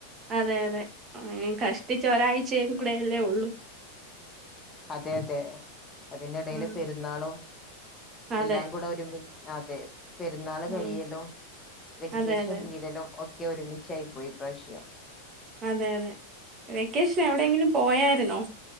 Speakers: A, on the right; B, on the left.
A: അതെ അതെ കഷ്ടിച്ച് ഒരാഴ്ചയും കൂടെല്ലേ ഒള്ളൂ
B: അതെ അതെ അതിന്റെടയല്
A: ഉം
B: പെരുന്നാളും
A: അതെ
B: എല്ലാം കൂടെ ഒരുമി അതെ പെരുന്നാൾ കഴിയലും
A: ഉം
B: വെക്കേഷൻ
A: അതെ അതെ
B: തീരലും ഒക്കെ ഒരുമിച്ചായി പോയി ഇപ്രാശ്യം
A: അതെ അതെ വെക്കേഷൻ എവിടെയങ്കിലും പോയായിരുന്നോ